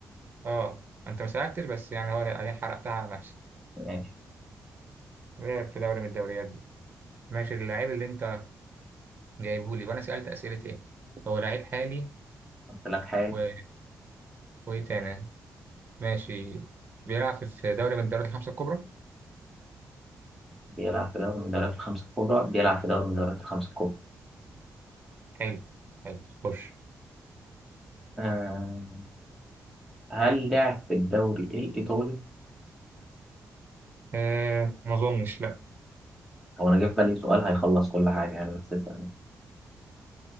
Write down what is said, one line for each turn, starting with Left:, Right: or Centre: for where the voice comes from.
Right: اه انت ما سألتش بس يعني هو انا حرقتها على نفسي
Centre: ماشي
Right: لعب في دوري من الدوريات دي ماشي اللعيب اللي انت جايبه لي وانا سألت أسئلة ايه هو لعيب حالي
Centre: قلت لك حال
Right: و... وايه تاني ماشي بيلعب في في دوري من الدوريات الخمسة الكبرى
Centre: بيلعب في دوري من الدوريات الخمسة الكبرى بيلعب في دوري من الدوريات الخمسة الكبرى
Right: حلو حلو خش
Centre: آه. هل لعب في الدوري الإيطالي؟
Right: آه ما اظنش لا
Centre: هو أنا جه في بالي سؤال هيخلص كل حاجة يعني بس اسألني